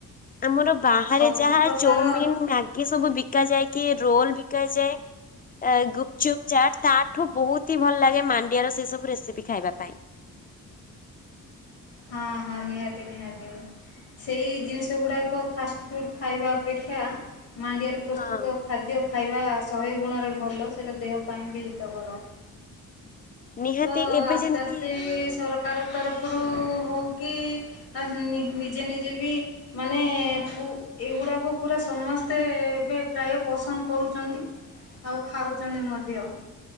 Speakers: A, on the left; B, on the left.
A: ଆମର ବାହାରେ
B: ସବୁ
A: ଯାହା
B: ପ୍ରକାର
A: ଚଉମିନ ମ୍ୟା କିଏ ସବୁ ବିକା ଯାଏ କି ରୋଲ ବିକା ଯାଏ। ଗୁପଚୁପ ଚାଟ ତାଠୁ ବହୁତ ହି ଭଲ ଲାଗେ ମାଣ୍ଡିଆର ସେ ସବୁ ରେସିପି ଖାଇବା ପାଇଁ।
B: ହଁ ହଁ ନିହାତି ନିହାତି। ସେଇ ଜିନିଷ ଗୁଡ଼ାକ ଫାଷ୍ଟଫୁଡ଼୍ ଖାଇବା ଅପେକ୍ଷା ମାଣ୍ଡିଆରେ ପ୍ରସ୍ତୁତ
A: ହଁ
B: ଖାଦ୍ୟ ଖାଇବା ଶହେ ଗୁଣରେ ଭଲ ସେଇଟା ଦେହ ପାଇଁ ବି ହିତକର।
A: ନିହାତି
B: ତ
A: ଏବେ
B: ଆସ୍ତେ
A: ଯେମିତି
B: ଆସ୍ତେ ସରକାର ତରଫରୁ ହେଉ କିି ଆ ନିଜେ ନିଜେ ବି ମାନେ କୁ ଏଗୁଡ଼ାକୁ ପୁରା ସମସ୍ତେ ଏବେ ପ୍ରାୟ ପସନ୍ଦ କରୁଛନ୍ତି।
A: ହ
B: ଆଉ ଖାଉଛନ୍ତି ମଧ୍ୟ।